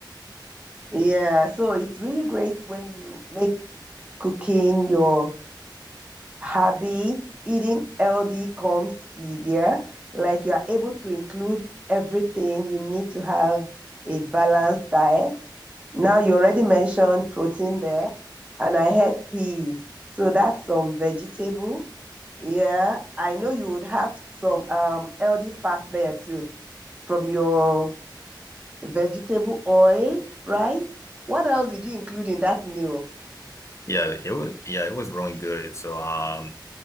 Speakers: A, on the right; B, on the left.
A: Yeah, so it's really great when you make cooking your habit, eating healthy comes easier. Like you are able to include everything you need to have a balanced diet. Now you already mentioned protein there, and I had peas. So that's some vegetable. Yeah, I know you would have some um healthy fat there too from your vegetable oil, right? What else did you include in that meal?
B: Yeah, it was yeah, it was really good. So um